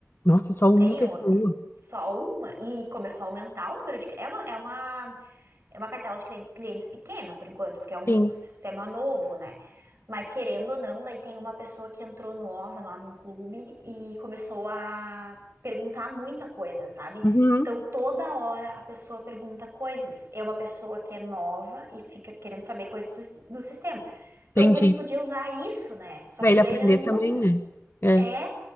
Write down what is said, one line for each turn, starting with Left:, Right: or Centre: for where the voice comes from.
Left: Nossa, só
Right: Não
Left: uma
Right: tem
Left: pessoa.
Right: outro. Só uma. E começou a aumentar o número de. É uma, é uma É uma cartela de clen- clientes pequena, por enquanto, porque é um
Left: Sim.
Right: sistema novo, né? Mas querendo ou não, daí tem uma pessoa que entrou nova lá num clube e começou a perguntar muita coisa, sabe?
Left: Uhum.
Right: Então toda hora a pessoa pergunta coisas. É uma pessoa que é nova e fica querendo saber coisas do, si- do sistema. Então
Left: Entendi.
Right: o guri podia usar isso, né? Só
Left: Pra
Right: que
Left: ele
Right: daí
Left: aprender
Right: ele não
Left: também,
Right: usa.
Left: né? É.
Right: É,